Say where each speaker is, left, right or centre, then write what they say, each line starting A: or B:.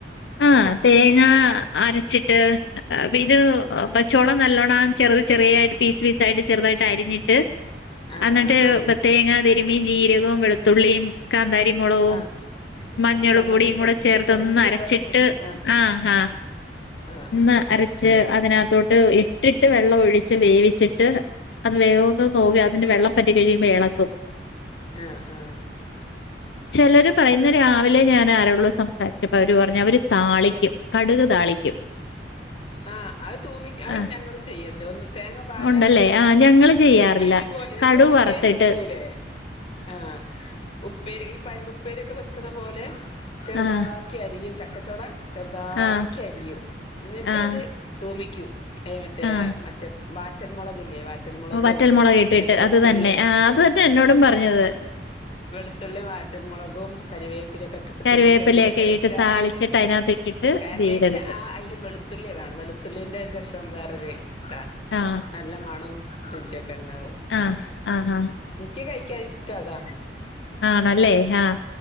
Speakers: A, on the left; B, on the left.
A: ആഹ് തേങ്ങ അരച്ചിട്ട് ഇത്
B: ആഹ്
A: പ ചോളം നല്ലോണം ചെറുത് ചെറീയായിട്ട് പീസ് പീസായിട്ട് ചെറ്തായിട്ട് അരിഞ്ഞിട്ട്
B: ആഹ്
A: അന്ന്ട്ട്
B: ആഹ് ആഹ്
A: പ്പ തേങ്ങ തിരുമ്മി ജീരകം വെളുത്തുള്ളിം കാന്താരിമൊളകും
B: ആഹ്
A: മഞ്ഞള്പൊടിയുംകൂടെ
B: ആഹ് ചമ്മന്തി പൊടി
A: ചേർത്തോന്ന്
B: ചമ്മന്തി
A: അരച്ചിട്ട്
B: പോലെ പൊടിച്ച്
A: ആഹ് ആഹ്.
B: ആഹ്
A: ഒന്ന്
B: ആഹ്
A: അരച്ച് അതിനകത്തോട്ട് ഇട്ടിട്ട് വെള്ളം ഒഴിച്ച് വേവിച്ചിട്ട് അത് വേവൊന്ന് നോക്കി അതിന്റെ വെള്ളം വറ്റികഴിയുമ്പോ യളക്കും.
B: ആഹ് ആഹ്.
A: ചെലര് പറയുന്ന രാവിലെ ഞാൻ ആരോള്ള സംസാര്ച്ചപ്പോ അവര് പർഞ് അവര് താളിക്കും കടുക് താളിക്കും.
B: ആഹ് അത് തൂമി അത്
A: ആഹ്
B: ഞങ്ങളും ചെയ്യൽണ്ട് ഒന്ന് തേങ്ങ പാരാതെ
A: ഉണ്ടല്ലേ ആഹ് ഞങ്ങള് ചെയ്യാറില്ല
B: ഉപ്പേരിപോലെ ഞമ്മള്
A: കടുക്
B: ഉപ്പേരി
A: വറുത്തിട്ട്
B: വെക്കൂലേ. ആഹ് ഉപ്പേരി ഈ പയറുപ്പേരിക്ക വെക്ക്ണ പോലെ ചെറ്താ
A: ആഹ്
B: ക്കിഅരിയും ചക്കചോള ചെർതാക്കി
A: ആഹ്
B: അരിയും ന്നിട്ട്അത്
A: ആഹ്
B: തൂമിക്കും. ഏ മറ്റേ
A: ആഹ്
B: മറ്റേ വാറ്റൽമൊളകില്ലേ വാറ്റൽമൊളകും
A: വറ്റൽമുളക് ഇട്ടിട്ട്
B: പിന്നെ വെളുത്തുള്ളിം
A: അത് തന്നെ ആ അത് തന്നെ എന്നോടുംപറഞ്ഞത്
B: വെളുത്തുള്ളി വാറ്റൽമൊളകും കറിവേപ്പിലൊക്ക ഇട്ട്ട്ട്
A: കരുവേപ്പിലയൊക്കെ
B: തൂമിച്ച എന്ത്‌ ടേസ്റ്റാ
A: ഇട്ട് താളിച്ചിട്ട്
B: അറിയോ
A: അതിനകത്ത് ഇട്ടിട്ട്
B: കാര്യായിട്ട്
A: ഇത് ചെയ്തെടുക്കും
B: ആ അയ്ല് വെളു ത്തുള്ളിവേണം വെളുത്തുള്ളിന്റെ ഒരു രസം വേറൊര് താ.
A: ആ
B: നല്ല മണം രുചിക്കണ്ടാവും.
A: ആഹ് ആഹ് ഹാ.
B: ഇൻക്ക് കഴിക്കാനിഇഷ്ടഅതാ.
A: ആണല്ലേ ആഹ്